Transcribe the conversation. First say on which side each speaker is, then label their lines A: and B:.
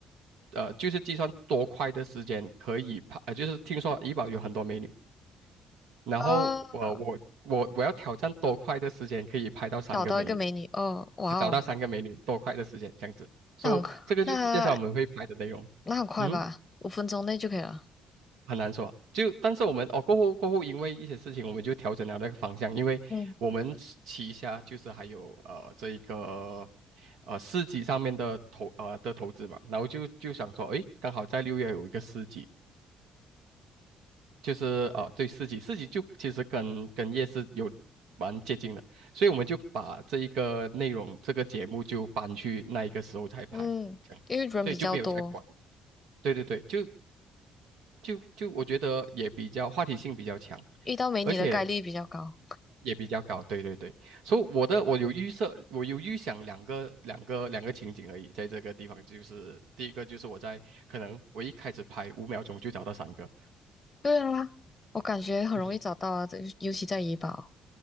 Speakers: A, on the right (about 70°); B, on the left (about 30°).
A: 呃，就是计算多快的时间可以拍，呃，就是听说怡保有很多美女，然后我我我我要挑战多快的时间可以拍到三个美女，
B: 哦，找到一个美女，哦，哇哦，
A: 找到三个美女多快的时间这样子，so
B: 那很快那
A: 这个就是介绍我们会拍的内容，
B: 那很快吧，
A: 嗯。
B: 五分钟内就可以了。
A: 很难说。就但是我们哦，过后过后，因为一些事情，我们就调整了那个方向，因为我们旗下就是还有呃这一个
B: 嗯
A: 呃市集上面的投呃的投资嘛，然后就就想说，诶，刚好在六月有一个市集，就是呃对市集，市集就其实跟跟夜市有蛮接近的，所以我们就把这一个内容这个节目就搬去那一个时候才拍，
B: 嗯，
A: 这样，
B: 因为人比较多，
A: 所以就没有再管。对对对，就就就我觉得也比较话题性比较强，
B: 遇到美女的概率比较高。
A: 而且也比较高，对对对，所以我的我有预设，我有预想两个两个两个情景而已，在这个地方就是第一个就是我在可能我一开始拍五秒钟就找到三个，
B: 对啊，我感觉很容易找到啊，
A: 就是
B: 这尤其在怡保，